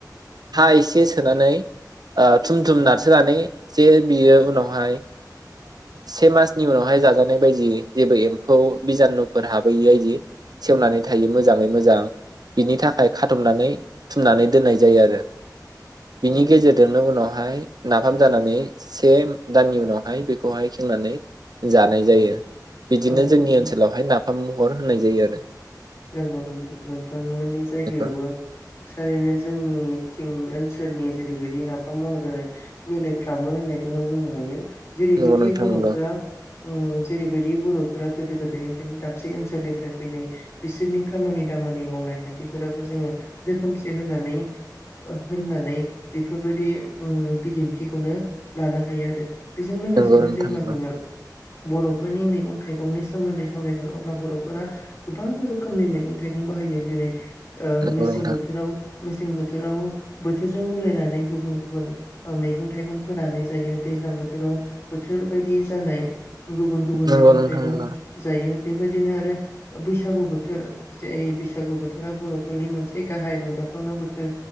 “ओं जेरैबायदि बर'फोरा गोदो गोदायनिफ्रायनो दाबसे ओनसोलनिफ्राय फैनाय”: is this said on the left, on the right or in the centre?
Left